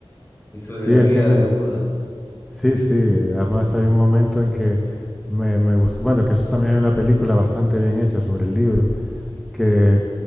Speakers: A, on the left (about 25°); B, in the centre.
A: Es sobre
B: Sí,
A: la
B: él
A: vida
B: tiene,
A: de Buda.
B: sí, sí, además hay un momento en que me, me gustó, bueno, que eso también hay una película bastante bien hecha sobre el libro, que
A: Mm,